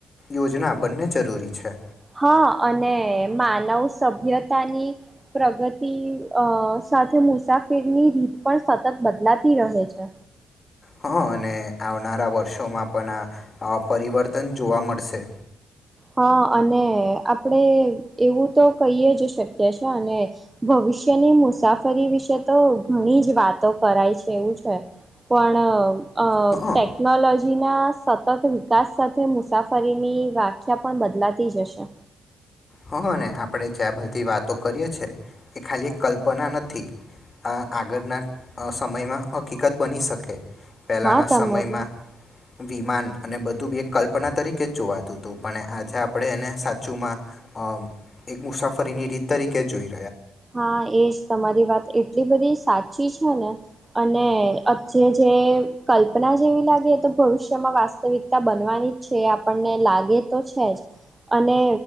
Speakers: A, on the left; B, on the right.
A: યોજના બંને જરૂરી છે.
B: હા અને માનવ સભ્યતાની પ્રગતિ અ સાથે મુસાફિરની રીત પણ સતત બદલાતી રહે છે.
A: હા અને આવનારા વર્ષોમાં પણ આ પરિવર્તન જોવા મળશે.
B: હ અને આપણેે એવું તો કહીએ જ શકીએીએ અને ભવિષ્યની મુસાફરી વિશે તો ઘણી જ વાતો કરાય છે એવું છે પણ અ
A: હં
B: ટેકનોલોજી જીનાસ સતત વિકાસ સાથે મુસ સાફારીની વાગ ખ્યા પણ બદલાતીજ હશે.
A: હ ને આપણે જે આ બધી વાતો કરીએ છે એ ખાલી એક કલ્પના નથી આ આગળના સમયમાં હકીકત બની શકે. પહેલાંના
B: હા તમારે
A: સમયમાં વિમાન અને બધું બી એક કલ્પના તરીકે જ જોવાતું હતું પણ આજે આપણે એને સાચુંમાં અ એક મુસાફરીની રીત તરીકે જોઈએ.
B: હા એજ તમારી વાત એટલી બધી સાચી છે ને અને જે જે કલ્પના જેવી લાગે એ તો ભવિષ્યમાં વાસ્તવિકતા બનવાની જ છે આપણને લાગે તો છે જ અને